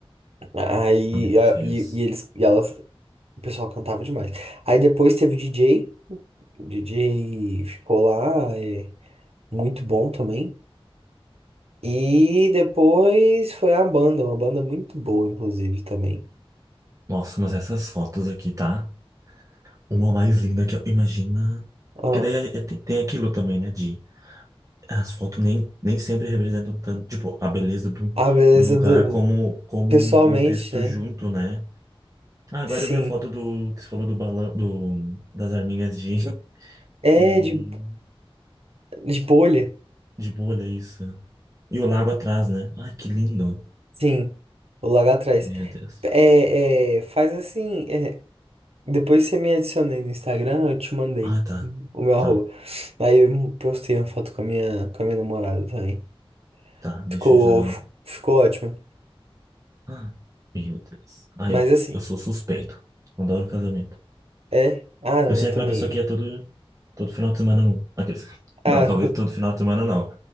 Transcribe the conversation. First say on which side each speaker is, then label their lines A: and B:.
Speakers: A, on the right; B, on the right.
A: Aí,
B: Meu
A: a-
B: Deus.
A: e, e eles, e elas, o pessoal cantava demais. Aí depois teve o DJ, o DJ ficou lá, é, muito bom também. E depois foi a banda, uma banda muito boa, inclusive, também.
B: Nossa, mas essas fotos aqui, tá? Uma mais linda que eu. Imagina.
A: Ah,
B: Que daí é- é- tem tem aquilo também, né? De as fotos nem, nem sempre representam tanto, tipo, a beleza do,
A: a beleza
B: do lugar
A: do,
B: como, como
A: pessoalmente,
B: um contexto
A: né?
B: junto, né? Ah, agora
A: Sim.
B: eu vi a foto do que você falou do balão, do, das arminhas de,
A: É,
B: de,
A: de, de bolha.
B: de bolha, é isso. E o lago atrás, né? Ai, que lindo.
A: Sim. o lá atrás.
B: Meu Deus.
A: É, é, faz assim. é, Depois você me adicionei no Instagram, eu te mandei
B: Ah, tá.
A: o meu
B: Tá,
A: arroba. Aí eu postei uma foto com a minha, com a minha namorada também.
B: tá. Deixa
A: Ficou,
B: eu já.
A: ficou ótimo.
B: Ah, meu Deus. Ah,
A: Mas
B: eu,
A: assim,
B: eu sou suspeito. Adoro casamento.
A: é. Ah, não,
B: Eu sei
A: eu também.
B: aquela pessoa que ia todo, todo final de semana, não. Aqueles...
A: Ah,
B: Não, talvez
A: co-
B: todo final de semana não.